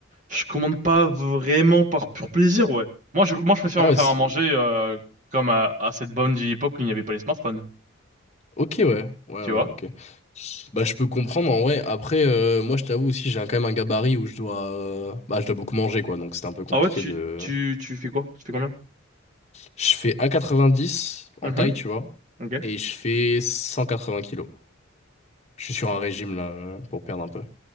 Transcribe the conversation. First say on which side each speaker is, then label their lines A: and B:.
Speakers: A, on the right; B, on the left.
A: je commande pas vraiment par pur plaisir, ouais. Moi, je, moi, je préfère
B: Ah,
A: me faire
B: c'est...
A: à manger euh, comme à, à cette bonne vieille époque où il n'y avait pas les smartphones,
B: Ok, ouais. Ouais,
A: tu
B: ouais,
A: vois?
B: ok. Bah, je peux comprendre, en vrai. Après, euh, moi, je t'avoue aussi, j'ai un- quand même un gabarit où je dois... euh, Bah, je dois beaucoup manger, quoi. Donc, c'était un peu compliqué
A: Ah ouais, tu
B: de...
A: tu tu fais quoi? Tu fais combien?
B: Je fais 1,90 en
A: Mhm,
B: taille, tu vois.
A: ok.
B: Et je fais 180 kilos. Je suis sur un régime là euh, pour perdre un peu.